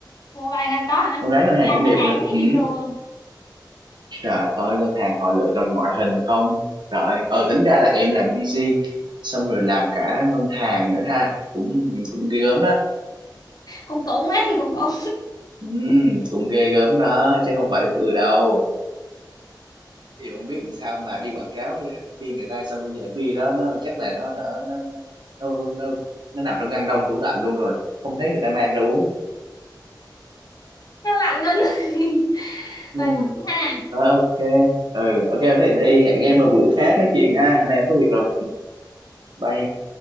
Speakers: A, on the left (about 55°); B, on the right (about 70°).
A: Ủa vậy hả có hả
B: con gái ngân hàng
A: làm
B: cũng
A: ngân
B: đẹp
A: hàng
B: nữa
A: thì
B: ừ.
A: bình thường
B: trời ơi ngân hàng họ lựa toàn ngoại hình không trời ơi ờ tính ra là em làm busy xong rồi làm cả ngân hàng nữa ha cũng cũng ghê gớm đó
A: cũng cũng ấy <laughs> cũng cũng
B: ừ, cũng ghê gớm đó chứ không phải vừa đâu thì không biết sao mà đi quảng cáo hay hãng viên người ta xong bây giờ vi đó nó chắc là nó nó nó nó nó, nó, nó nằm trong ngăn đông tủ lạnh luôn rồi không thấy người ta mang ra uống
A: nó lạnh luôn <laughs>
B: ừ.
A: vậy thôi ha
B: Ờ, ok ừ ok thế thì hẹn em một bữa khác nói chuyện ha hôm nay em có việc rồi bay